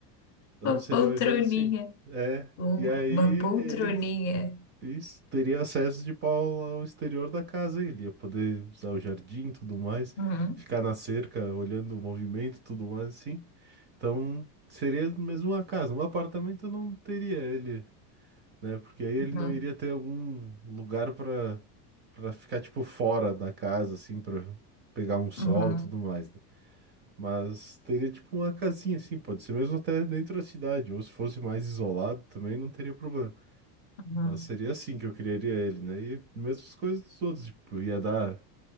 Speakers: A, on the right; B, on the left.
A: Então
B: Uma
A: seria
B: poltroninha,
A: mais ou menos assim. É.
B: um-
A: E aí
B: uma poltroninha.
A: ele f- is- teria acesso de pau ao exterior da casa, ele ia poder usar o jardim, tudo mais,
B: Uhum,
A: ficar na cerca, olhando o movimento, tudo mais assim. Então seria mesmo uma casa, um apartamento eu não teria ele né? Porque aí ele
B: uhum,
A: não iria ter algum lugar para para ficar tipo fora da casa assim, para pegar um sol,
B: uhum,
A: e tudo mais, né? Mas teria tipo uma casinha assim, pode ser mesmo até dentro da cidade, ou se fosse mais isolado também não teria problema.
B: uhum.
A: Mas seria assim que eu criaria ele, né? E mesmas coisas dos outros, tipo, ia dar